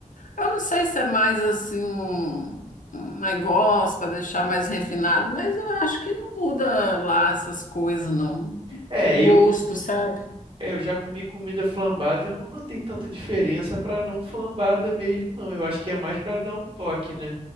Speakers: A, on the left; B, on the right.
A: Eu não sei se é mais assim um, um negócio para deixar mais refinado, mas eu acho que não muda lá essas coisas, não.
B: É,
A: O gosto,
B: eu,
A: sabe?
B: é, eu já comi comida flambada e eu não notei tanta diferença para não flambada mesmo, não. Eu acho que é mais para dar um toque, né,